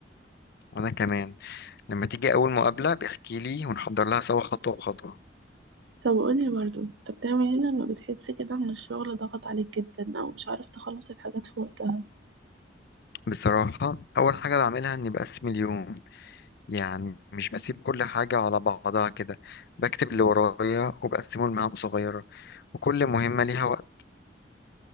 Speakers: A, on the left (about 60°); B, on the right (about 75°).
A: وأنا كمان لما تيجي أول مقابلة بيحكي لي ونحضر لها سوا خطوة بخطوة
B: طب قولي برضو انت بتعمل ايه لما بتحس كده ان الشغل ضغط عليك جدا او مش عارف تخلص الحاجات في وقتها
A: بصراحة أول حاجة بعملها إني بقسم اليوم يعني مش بسيب كل حاجة على بعضها كده بكتب اللي ورايا وبقسمه لمهام صغيرة وكل مهمة ليها وقت